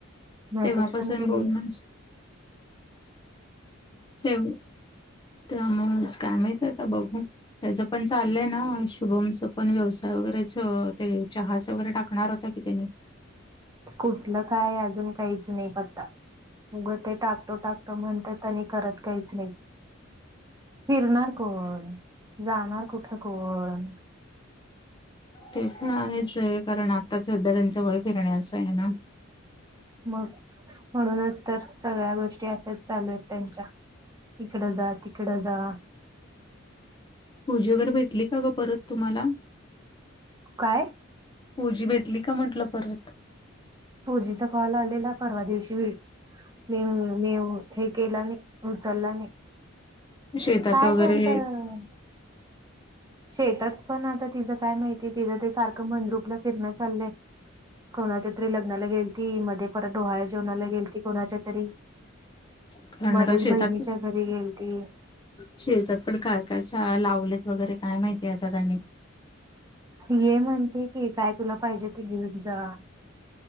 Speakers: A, on the right; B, on the left.
A: मेसेज
B: तेव्हापासून
A: पण केली
B: बोलण
A: नाही
B: <inaudible> त्यामुळच काय माहित आता बघू त्याच पण चाललंय ना शुभमच पण व्यवसाय वगैरेच ते चहाच वगैरे टाकणार होता कि त्यानी
A: कुठलं काय अजून काहीच नाही पत्ता उगं ते टाकतो टाकतो म्हणत्यात आणि करत काहीच नाही फिरणार कोण जाणार कुठं कोण
B: ते पण आहेच आहे कारण आता सध्या त्यांचं वय फिरण्याचं आहे ना
A: मग म्हणूनच तर सगळ्या गोष्टी अश्याच चालू आहेत त्यांच्या इकडं जा तिकडं जा
B: पूजी वगैरे भेटली का ग परत तुम्हाला
A: काय
B: पुजी भेटली का म्हटलं परत
A: पूजीचा कॉल आलेला परवा दिवशी व्हिडि मी मी हे केला नाही उचलला नाही
B: शेतात
A: काय
B: वगैरे
A: त्यांचं शेतात पण आता तिचं काय माहितीय तिचं ते सारखं मंदरुपला फिरणं चाललंय कोणाच्यातरी लग्नाला गेलती मध्ये परत डोहाळ जेवणाला गेली ती कोणाच्या तरी
B: कारण
A: मध्येच
B: आता शेतात
A: बहिणीच्या घरी गेलती
B: शेतात पण काय काय लावलेत वगैरे काय माहितीय आता त्यांनी
A: ये म्हणते की काय तुला पाहिजे ते घेऊन जा